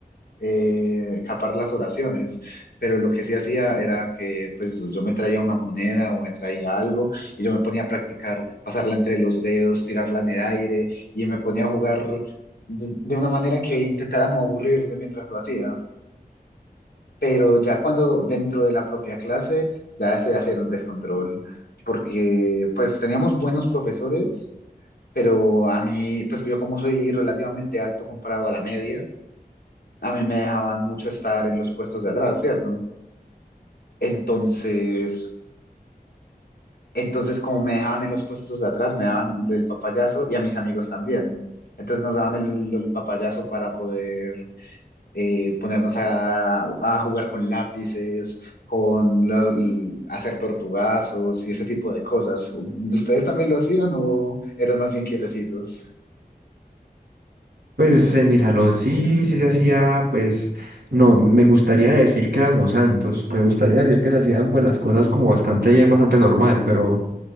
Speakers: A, on the left (about 75°); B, on the right (about 80°).
A: eh, capar las oraciones, pero lo que sí hacía era que pues yo me traía una moneda o me traía algo y yo me ponía a practicar, pasarla entre los dedos, tirarla en el aire y me ponía a jugar de, de una manera que intentara no aburrirme mientras lo hacía. Pero ya cuando dentro de la propia clase ya se hacía un descontrol, porque pues teníamos buenos profesores pero a mí, pues yo como soy relativamente alto comparado a la media, a mí me dejaban mucho estar en los puestos de atrás, ¿cierto? Entonces, entonces como me dejaban en los puestos de atrás, me daban el papayazo y a mis amigos también. Entonces nos daban el, el papayazo para poder eh, ponernos a, a jugar con lápices, con lo- l- hacer tortugazos y ese tipo de cosas. ¿Ustedes también lo hacían o eran más bien quietecitos?
B: Pues en mi salón sí, sí se hacía, pues no, me gustaría decir que éramos santos, me gustaría decir que se hacían pues las cosas como bastante bien, bastante normal, pero